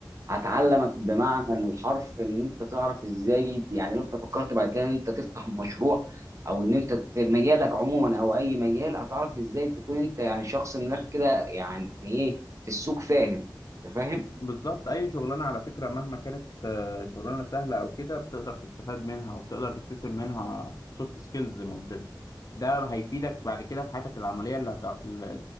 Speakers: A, on the right; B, on the left.
A: هتعلمك بمعنى الحرف ان انت تعرف ازاي يعني لو انت فكرت بعد كده ان انت تفتح مشروع او ان انت في مجالك عموما او اي مجال هتعرف ازاي تكون انت يعني شخص من الاخر كده يعني ايه في السوق فاهم انت فاهم
B: بالظبط اي شغلانة على فكرة مهما كانت آه، شغلانة سهلة او كده بتقدر تستفاد منها وبتقدر تكتسب منها سوفت سكيلز زي ما قلت لك. ده هيفيدك بعد كده في حياتك العملية اللي, هت... اللي